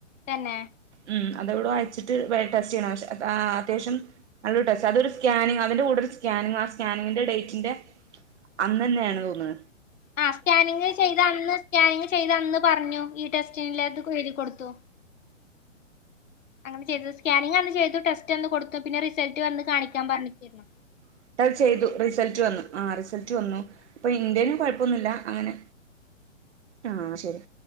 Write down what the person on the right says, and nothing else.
ഉം അതെവ്ടോ അയച്ചിട്ട് ടെസ്റ്റ് ചെയ്യണം അത്യാവശ്യം നല്ലൊ ടെസ്റ്റ് അതൊര് സ്കാനിങ് അതിന്റെ കൂടൊരു സ്കാനിങ് ആ സ്കാനിങ്ങിന്റെ ഡേറ്റിന്റെ അന്നന്നേണ് തോന്ന്ണ്
ഇ അത് ചെയ്തു റിസൾട്ട് വന്നു ആ റിസൾട്ട് വന്നു അപ്പൊ ഇന്റെന് കൊഴപ്പൊന്നുല്ല അങ്ങനെ ആ ശരി